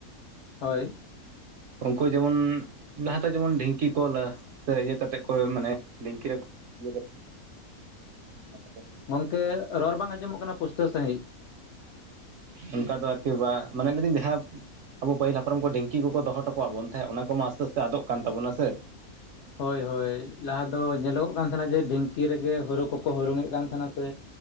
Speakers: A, on the left; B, on the right.
A: ᱦᱳᱭ
B: ᱩᱜᱠᱩ ᱡᱮᱢᱚᱱ ᱞᱟᱦᱟᱛᱮ ᱡᱮᱢᱚᱱ ᱰᱷᱤᱝᱠᱤ ᱠᱚ ᱞᱟᱹ ᱥᱮ ᱤᱭᱟᱹ ᱠᱟᱛᱮᱜ ᱠᱚ ᱢᱟᱱᱮ ᱰᱷᱤᱝᱠᱤ ᱨᱮ ᱠᱚ ᱤᱭᱟᱹ ᱠᱟᱛᱮᱜ <unintelligible>
A: ᱜᱚᱝᱠᱮ ᱨᱚᱨ ᱵᱟᱝ ᱟᱸᱡᱚᱢᱚᱜ ᱠᱟᱱᱟ ᱯᱩᱥᱴᱟᱹᱣ ᱥᱟᱺᱦᱤᱡ
B: ᱚᱱᱠᱟ ᱫᱚ ᱟᱨᱠᱤ ᱵᱟ ᱢᱟᱱᱮ ᱞᱟᱹᱭᱫᱟᱹᱧ ᱡᱟᱦᱟᱸᱭᱟᱜ ᱟᱵᱚ ᱯᱟᱹᱦᱤᱞ ᱦᱟᱯᱲᱚᱢ ᱠᱚ ᱰᱷᱤᱝᱤ ᱠᱚᱠᱚ ᱫᱚᱦᱚ ᱴᱚᱠᱣᱟᱜᱼᱵᱚᱱ ᱛᱟᱦᱮᱸᱜ ᱚᱱᱟ ᱠᱚᱢᱟ ᱟᱥᱛᱮ ᱟᱥᱛᱮ ᱟᱫᱚᱜ ᱠᱟᱱ ᱛᱟᱵᱚᱱᱟ ᱥᱮ
A: ᱦᱳᱭ ᱦᱳᱭ ᱞᱟᱦᱟ ᱫᱚ ᱧᱮᱞᱚᱜᱚᱜ ᱠᱟᱱ ᱛᱟᱸᱦᱮᱱᱟ ᱡᱮ ᱰᱷᱤᱝᱠᱤ ᱨᱮᱜᱮ ᱦᱳᱨᱳ ᱠᱚᱠᱚ ᱦᱩᱨᱩᱝ ᱮᱜ ᱠᱟᱱ ᱛᱟᱸᱦᱮᱱᱟ ᱥᱮ